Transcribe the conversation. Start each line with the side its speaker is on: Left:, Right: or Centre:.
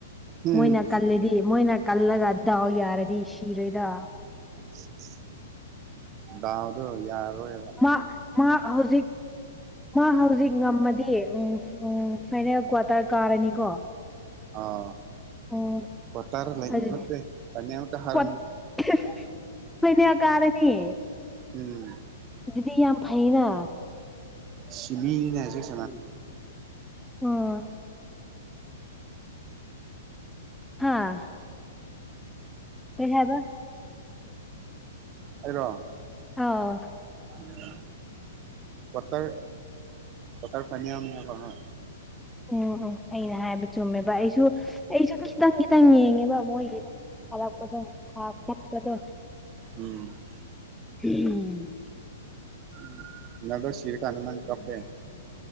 Right: ꯎꯝ
Centre: ꯃꯣꯏꯅ ꯀꯜꯂꯗꯤ ꯃꯣꯏꯅ ꯀꯜꯂꯒ ꯗꯥꯎ ꯌꯥꯔꯗꯤ ꯁꯤꯔꯣꯏꯗ
Right: <unintelligible> ꯗꯥꯎꯗꯣ ꯌꯥꯔꯔꯣꯢ
Centre: ꯃꯥ ꯃꯥ ꯍꯧꯖꯤꯛ ꯃꯥ ꯍꯧꯖꯤꯛ ꯉꯝꯃꯗꯤ ꯎꯝ ꯎꯝ ꯐꯥꯏꯅꯦꯜ ꯀ꯭ꯋꯥꯇꯔ ꯀꯥꯔꯅꯤꯀꯣ
Right: ꯑꯥ
Centre: ꯑꯣ
Right: ꯀ꯭ꯋꯥꯇꯔ ꯂꯩ
Centre: ꯑꯗꯨꯗꯤ
Right: ꯅꯠꯇꯦ ꯐꯥꯢꯅꯦꯜ ꯀꯥꯔꯅꯤ
Centre: ꯀ꯭ꯋꯥ <unintelligible> ꯐꯥꯏꯅꯦꯜ ꯀꯥꯔꯅꯤ
Right: ꯎꯝ
Centre: ꯑꯗꯨꯗꯤ ꯌꯥꯝ ꯐꯩꯅ
Right: ꯁꯤꯃꯤꯅꯤꯅ <unintelligible>
Centre: <unintelligible> ꯑꯣ ꯍꯥꯥ ꯀꯩ ꯍꯥꯏꯕ
Right: ꯑꯩꯔꯣ
Centre: ꯑꯧ
Right: <unintelligible> ꯀ꯭ꯋꯥꯇꯔ ꯀ꯭ꯋꯥꯇꯔ ꯐꯥꯢꯅꯦꯜꯅꯦꯍꯕꯥ ꯑꯥ
Centre: <unintelligible> ꯑꯩꯅ ꯍꯥꯏꯕ ꯆꯨꯝꯃꯦꯕꯥ ꯑꯩꯁꯨ ꯁ ꯑꯩꯁꯨ ꯈꯤꯇꯪ ꯈꯤꯇꯪ ꯌꯦꯡꯉꯦꯕꯥ ꯃꯣꯏꯒꯤꯗꯣ ꯊꯥꯔꯛꯄꯗꯣ ꯁ꯭ꯇꯥꯏꯜ ꯇꯞꯄꯗꯣ
Right: ꯎꯝ
Centre: <unintelligible> ꯎꯝ
Right: ꯎꯝ ꯔꯣꯅꯥꯜꯗꯣ ꯁꯤꯔ ꯀꯥꯟꯗ ꯅꯪ ꯀꯞꯄꯦ